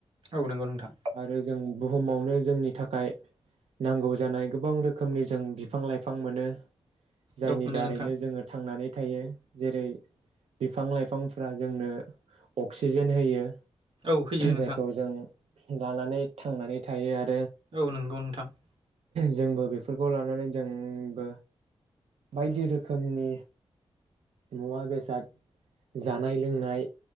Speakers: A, on the right; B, on the right.
A: औ नंगौ नोंथां।
B: आरो जों बुहुमावनो जोंनि थाखाय, नांगौ जानाय गोबां रोखोमनि जों बिफां लाइफां मोनो। जायनि
A: औ मोनो
B: दारैनो
A: नोंथां
B: जोङो थांनानै थायो जेरै बिफां लाइफांफ्रा जोंनो अक्सिजेन होयो।
A: औ होयो नोंथां
B: जायखौ जों लानानै थांनानै थायो आरो।
A: औ नंगौ नोंथां।
B: जोंबो बेफोरखौ लानानै, जोंबो बायदि रोखोमनि मुवा बेसाद जानाय लोंनाय।